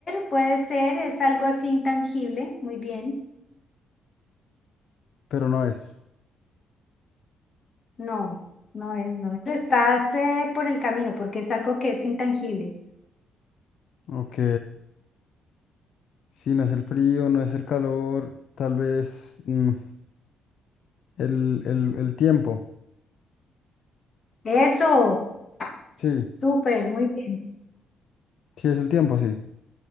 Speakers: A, on the left; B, on the left.
A: puede ser, es algo así intangible. Muy bien.
B: pero no es.
A: No, no es, no. es. Pero estás eh, por el camino porque es algo que es intangible.
B: Ok. Si no es el frío, no es el calor, tal vez mm, el, el el tiempo.
A: Eso,
B: Sí,
A: súper, muy bien.
B: sí es el tiempo, sí.